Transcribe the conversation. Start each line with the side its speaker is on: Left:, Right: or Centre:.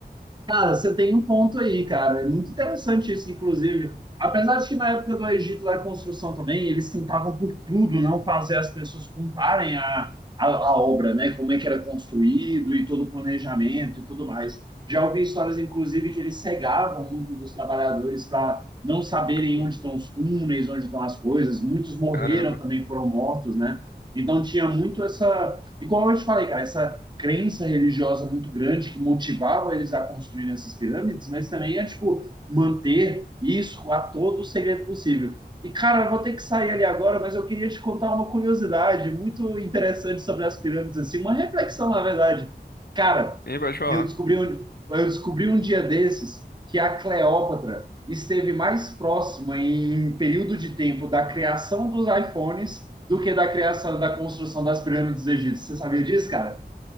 Right: Cara, você tem um ponto aí, cara. É muito interessante isso, inclusive. Apesar de que na época do Egito da construção também, eles tentavam por tudo não fazer as pessoas contarem a, a, a obra, né? Como é que era construído e todo o planejamento e tudo mais. Já ouvi histórias, inclusive, que eles cegavam muito dos trabalhadores para não saberem
Left: Hum,
Right: onde estão os túneis, onde estão as coisas. Muitos morreram
Left: Caramba.
Right: também, foram mortos, né? Então tinha muito essa, igual eu te falei, cara, essa crença religiosa muito grande que motivava eles a construir essas pirâmides, mas também é, tipo, manter isso a todo o segredo possível. E, cara, eu vou ter que sair ali agora, mas eu queria te contar uma curiosidade muito interessante sobre as pirâmides, assim, uma reflexão, na verdade. Cara,
Left: Hein, pode falar.
Right: eu descobri um, eu descobri um dia desses que a Cleópatra esteve mais próxima em período de tempo da criação dos iPhones do que da criação da construção das pirâmides egípcias. Você sabia disso, cara?